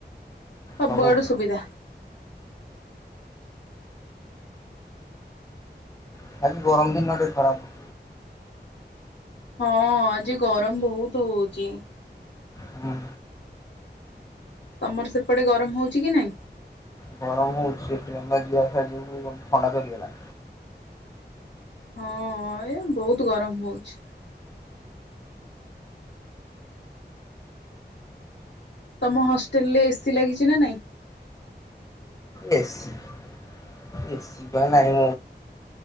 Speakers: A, on the left; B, on the left.
A: ସବୁଆଡୁ
B: ସବୁ
A: ସୁବିଧା।
B: <unintelligible>
A: ହଁ ଆଜି ଗରମ ବହୁତ ହଉଚି।
B: ହୁଁ।
A: ତମର ସେପଟେ ଗରମ ହଉଚି କି ନାଇଁ।
B: ଗରମ ହଉଛି ଟ୍ରେନରେ <unintelligible> ଥଣ୍ଡା ଧରିଗଲା।
A: ହଁ ଏ ବହୁତ ଗରମ ହଉଛି। ତମ ହଷ୍ଟେଲ ରେ ଏସି ଲାଗିଚି ନା ନାଇଁ।
B: ଏସ୍ଏସି ପା ନାହିଁ <unintelligible>